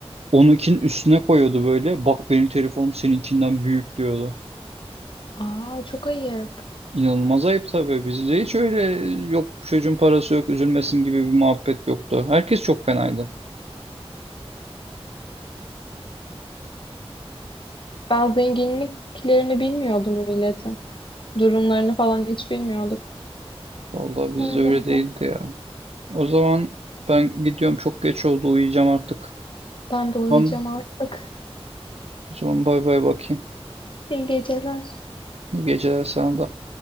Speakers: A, on the right; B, on the left.
A: Onunkinin üstüne koyuyordu böyle. Bak benim telefonum seninkinden büyük diyordu.
B: Aa çok ayıp.
A: İnanılmaz ayıp tabii. Bizde hiç öyle yok bu çocuğun parası yok üzülmesin gibi bir muhabbet yoktu. Herkes çok fenaydı.
B: Ben zenginliklerini bilmiyordum milletin. Durumlarını falan hiç bilmiyorduk.
A: Vallahi bizde
B: Öyleydi.
A: öyle değildi ya. O zaman ben gidiyorum çok geç oldu uyuyacağım artık.
B: Ben de uyuyacağım
A: Tamam.
B: artık.
A: O zaman bay bay bakayım.
B: İyi geceler.
A: İyi geceler sana da.